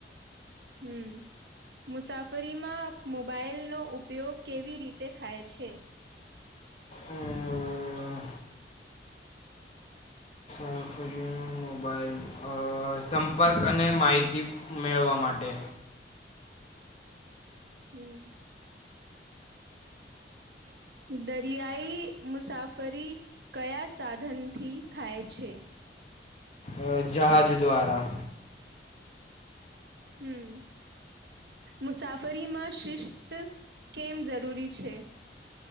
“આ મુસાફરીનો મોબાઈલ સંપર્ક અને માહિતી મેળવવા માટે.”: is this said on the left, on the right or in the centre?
Left